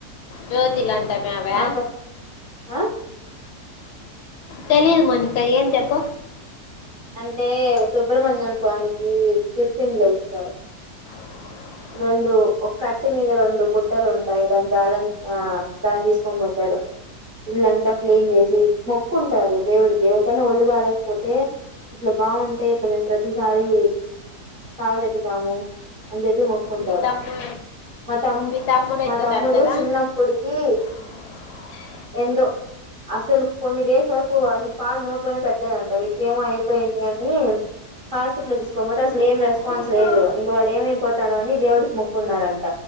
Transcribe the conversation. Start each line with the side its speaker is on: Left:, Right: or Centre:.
Left: జ్యోతిల్ అంత తమ
Right: ఆ
Left: అ
Right: ఆ
Left: తెలియదు మనిిక ఏంంటప్ప
Right: అంటే సుబ్రహ్మణ్యం స్వామికి తిర్చంలో ఇస్తారు
Left: <inaudible>
Right: రెండు ఒక కచ్చి మీద రెండు బుట్టలు ఉంటాయి దాన్ని బ్యాలెన్స్ ఆ దాన్ని తీసుకోని పోతారు ఇల్లంతా క్లీన్ చేసి మొక్కుంటారు దేవుడికి ఎవరికైనా ఒళ్ళు బలేకపోతే ఇట్లా బాగుంటే ఇట్లా మేము ప్రతిసారి కావిడేత్తు తాము అని చెప్పి మొ కుంటారు
Left: మీ తమ్ముడు
Right: మా తమ్
Left: మీ తమ్ముడు
Right: మా
Left: ఎత్తుతాడు
Right: తమ్ముడు
Left: కదా
Right: చిన్నప్పుటికి
Left: <inaudible>
Right: ఎంతోో అసలు కొన్ని డేస్ వరకు అసలు పాల్ నోట్లోనే పెట్టలేదంట వీడిక్ కేమో అయిపోయిందని హాస్పిటల్ తీసుకోకపోతే అసలు ఏం
Left: ఆహా,
Right: రెస్పాన్స్ లేదు ఇంగ వాడు ఏమైపోతాడో అని దేవుడికి మొక్కున్నారంట